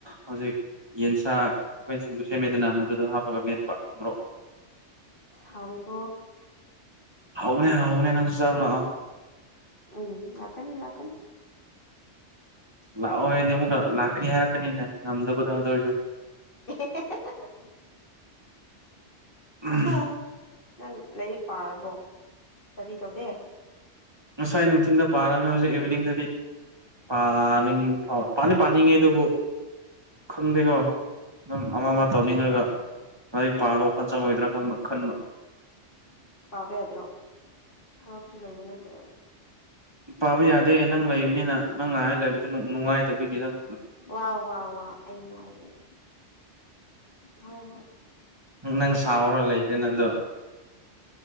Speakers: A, on the right; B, on the left.
A: ꯍꯧꯖꯤꯛ ꯌꯦꯟꯁꯥ ꯑꯩꯈꯣꯏ ꯁꯤꯡꯗꯨ ꯁꯦꯝꯃꯦꯗꯅ ꯃꯗꯨꯗꯣ ꯍꯥꯞꯄꯒ ꯃꯦꯠꯄ ꯑꯃ꯭ꯔꯣꯛ
B: ꯍꯥꯎꯀꯣ
A: ꯍꯥꯎꯕꯅ ꯍ ꯍꯧꯕꯕꯅꯦꯅ ꯆꯕ ꯂ
B: ꯎꯝ ꯂꯥꯛꯀꯅꯤ ꯏ ꯂ ꯍꯥꯀꯅꯤ
A: ꯂꯥꯛꯑꯣ ꯑꯩꯗꯤ ꯑꯃꯨꯛ ꯂꯥꯛꯀꯅꯤ ꯍꯥꯏꯔꯛꯀꯅꯤꯅꯦ ꯉꯝꯗꯕꯗꯧꯗꯧꯔꯁꯨ
B: <inaudible>
A: ꯎꯝ
B: ꯑꯍꯪ ꯅꯪ ꯂꯥꯏꯔꯤꯛ ꯄꯥꯔꯕꯣ ꯀꯗꯤ ꯇꯧꯗꯦ
A: ꯉꯁꯥꯏ ꯅꯨꯡꯊꯤꯟꯗ ꯄꯥꯔꯝꯃꯦ ꯍꯧꯖꯤꯛ ꯏꯚꯤꯅꯤꯡꯗꯗꯤꯥꯅꯤꯡ ꯄꯥꯗꯤ ꯄꯥꯅꯤꯡꯉꯦ ꯑꯗꯨꯕ ꯈꯪꯗꯦꯀꯣ ꯑꯗꯨꯝ ꯑꯃ
B: ꯀꯩ
A: ꯑꯃ ꯇꯧꯅꯤꯡꯈ꯭ꯔꯒ ꯂꯥꯏꯔꯤꯛ ꯄꯥꯗꯧ ꯈ ꯆꯪꯉꯣꯏꯗ꯭ꯔꯥ ꯈꯟꯕ
B: ꯄꯕꯦ꯭ꯔꯣ ꯊꯋꯥꯛꯁꯨ ꯂꯩ ꯂꯩꯕ ꯅꯠꯇ꯭ꯔ
A: ꯄꯥꯕ ꯌꯥꯗꯦ ꯅꯪ ꯂꯩꯕꯅꯤꯅ ꯅꯪ ꯉꯥꯏꯍꯥꯏ ꯂꯩꯕꯗ ꯅꯨꯡꯉꯥꯏꯇꯕꯒꯤꯗꯪ
B: ꯋꯥ ꯋꯥ ꯋꯥ ꯑ ꯉ ꯂꯩ ꯍꯣꯏ ꯍꯣꯏ
A: ꯅꯪ ꯁꯥꯎꯔꯣ ꯂꯩꯈ꯭ꯔꯦꯅ ꯑꯗꯣ